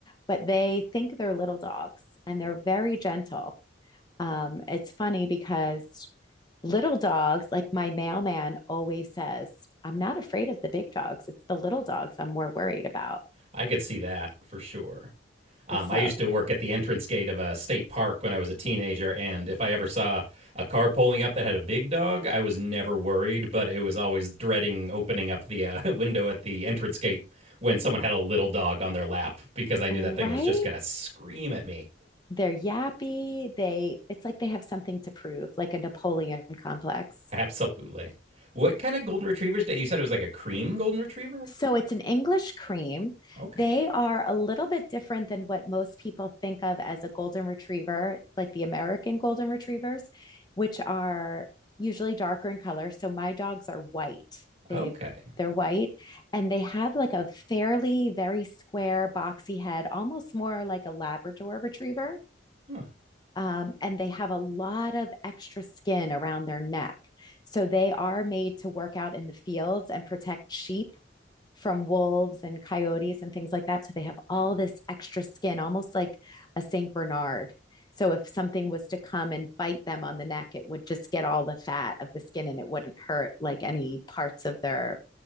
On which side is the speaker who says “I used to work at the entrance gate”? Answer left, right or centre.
Right